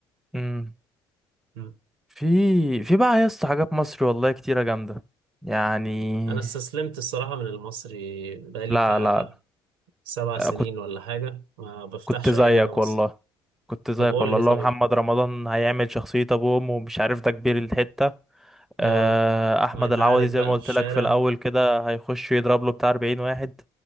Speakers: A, in the centre; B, on the right (about 85°).
A: مم.
B: مم.
A: في في بقى يا اسطى حاجات مصري والله كتيرة جامدة يعني
B: انا استسلمت الصراحه من المصري بقالي
A: لا
B: بتاع
A: لا
B: سبع
A: لا،
B: سنين
A: كنت
B: ولا حاجه ما بفتحش
A: كنت زيك
B: اي حاجه مصري
A: والله كنت زيك
B: طب قول
A: والله
B: لي
A: اللي
B: طيب
A: هو محمد رمضان هيعمل شخصية أبوه وأمه ومش عارف ده كبير الحتة آه،
B: اه
A: أحمد
B: هيتعارك
A: العوضي
B: بقى
A: زي ما قلت
B: في الشارع
A: لك في الأول كده هيخش يضرب له بتاع 40 واحد